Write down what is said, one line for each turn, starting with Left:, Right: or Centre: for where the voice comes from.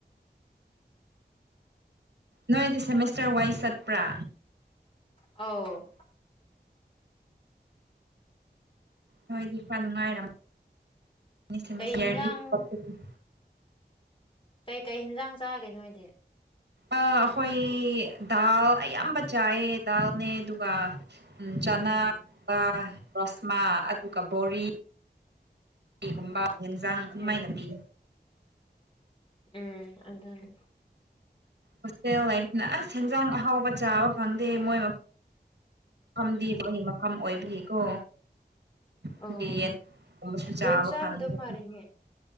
Right: ꯅꯣꯏꯗꯤ ꯁꯦꯃꯤꯁꯇꯔ ꯋꯥꯏꯁ ꯆꯠꯄ꯭ꯔꯥ
Left: ꯑꯥꯎ
Right: ꯅꯣꯏꯗꯤ ꯈꯔ ꯅꯨꯡꯉꯥꯏꯔꯝ ꯁꯦꯃꯤꯁ ꯁꯦꯃꯤꯁ
Left: ꯀꯩ
Right: ꯏꯌꯔꯒꯤ
Left: ꯍꯤꯟꯖꯥꯡ
Right: <unintelligible>
Left: ꯀꯩꯀꯩ ꯍꯤꯟꯖꯥꯡ ꯆꯥꯒꯦ ꯅꯣꯏꯗꯤ
Right: ꯑ ꯑꯩꯈꯣꯏ ꯗꯥꯜ ꯑꯌꯥꯝꯕ ꯆꯥꯏꯌꯦ ꯗꯥꯜꯅꯦ ꯑꯗꯨꯒ ꯎꯝ ꯆꯅꯥ
Left: ꯎꯝ
Right: ꯕ ꯔꯥꯁꯃꯥ ꯑꯗꯨꯒ ꯕꯣꯔꯤꯒꯨꯝꯕ ꯌꯦꯟꯖꯥꯡ ꯑꯗꯨꯃꯥꯏꯅ
Left: ꯎꯝ
Right: ꯄꯤ
Left: ꯎꯝ ꯑꯗꯨꯅꯤ
Right: ꯍꯣꯁꯇꯦꯜ ꯂꯩꯕꯅ ꯑꯁ ꯍꯦꯟꯖꯥꯡ ꯑꯍꯥꯎꯕ ꯆꯥꯕ ꯐꯪꯗꯦ ꯃꯣꯏ ꯃ ꯐꯝꯗꯤ ꯃꯥꯒꯤ ꯃꯐꯝ ꯑꯣꯏꯕꯒꯤꯀꯣ
Left: ꯑꯣ
Right: ꯗꯨꯒꯤ ꯌꯦꯟ ꯊꫭꯡꯕꯁꯨ ꯆꯥꯕ
Left: ꯚꯦꯖ ꯆꯥꯕꯗꯣ
Right: ꯐꯪꯗꯦ
Left: ꯐꯔꯦꯅꯦ